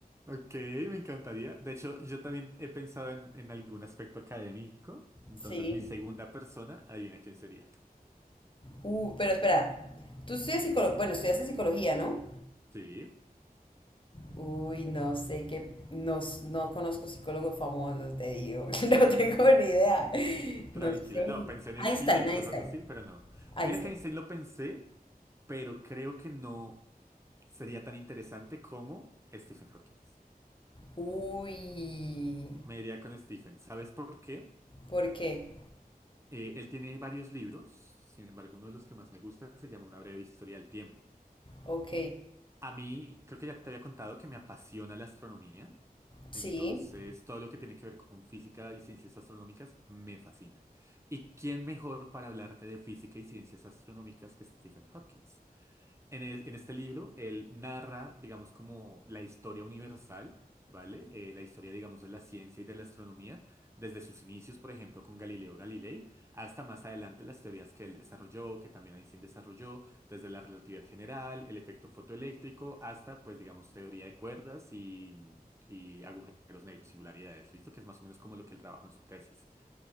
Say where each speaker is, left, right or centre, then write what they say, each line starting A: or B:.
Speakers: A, on the right; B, on the left.
A: Ok, me encantaría. De hecho, yo también he pensado en, en algún aspecto académico. Entonces,
B: sí,
A: mi segunda persona, adivina quién sería.
B: uh, pero espera, tú estudias psicología, bueno, estudiaste psicología, ¿no?
A: Sí.
B: Uy, no sé qué, no, s- no conozco psicólogos famosos, te digo, <laughs> no tengo ni idea.
A: Tranquila.
B: No sé.
A: No, pensé en
B: Einstein,
A: Skinner y
B: Einstein.
A: cosas así, pero no.
B: Einstein.
A: Mira que Einstein lo pensé, pero creo que no sería tan interesante como Stephen Hawking.
B: Uy,
A: Me iría con Stephen. ¿Sabes por qué?
B: ¿por qué?
A: Eh, él tiene varios libros, sin embargo, uno de los que más me gusta se llama Una breve historia del tiempo.
B: Ok,
A: A mí, creo que ya te había contado que me apasiona la astronomía.
B: sí.
A: Entonces, todo lo que tiene que ver con física y ciencias astronómicas me fascina. ¿Y quién mejor para hablarte de física y ciencias astronómicas que Stephen Hawking? En, es- en este libro, él narra, digamos, como la historia universal, ¿vale? Eh, la historia, digamos, de la ciencia y de la astronomía, desde sus inicios, por ejemplo, con Galileo Galilei, hasta más adelante las teorías que él desarrolló, que también Einstein desarrolló, desde la relatividad general, el efecto fotoeléctrico, hasta, pues, digamos, teoría de cuerdas y, y agujeros negros, singularidades, ¿listo? Que es más o menos como lo que él trabajó en su tesis.